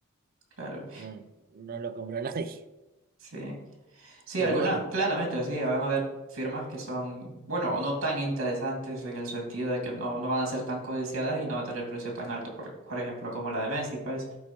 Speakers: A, on the right (about 70°); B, on the right (about 45°).
A: claro.
B: no, no lo compró <laughs> nadie.
A: Sí, sí,
B: Pero
A: algunas,
B: bueno,
A: claramente, sí, van a haber firmas que son, bueno, no tan interesantes en el sentido de que no, no van a ser tan codiciadas y no va a tener precio tan alto, por, por ejemplo, como la de Messi, pues.